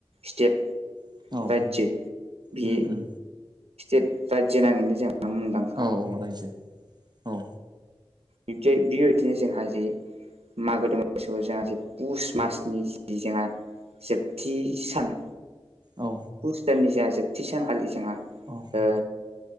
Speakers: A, on the right; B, on the right.
A: स्टेट
B: औ औ
A: रायजो बे
B: उम उम
A: स्टेट रायजो नाङैनो जोंहा मुंदांखा
B: औ औ रायजो औ
A: बिदिहाय बेबायदिनो जोंहा जे मागो दमासिआव जोंहा पुष मासनि जि जोंहा जोबथि सान
B: औ
A: पुष दाननि जोङा जोबथि सानखालि जोङा
B: अ
A: ओ